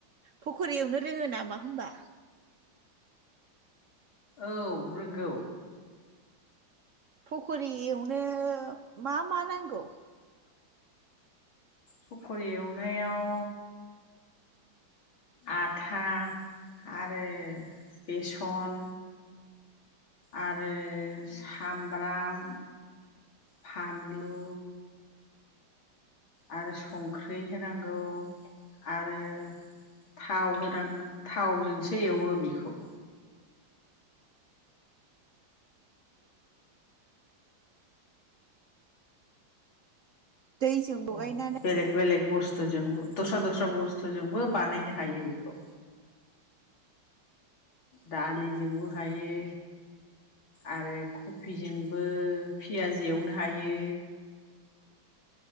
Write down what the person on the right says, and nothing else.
फख'रि एवनो रोङो नामा होनबा?
फखरी एव नो मा मा नांगौ?
दैजों लगायनानै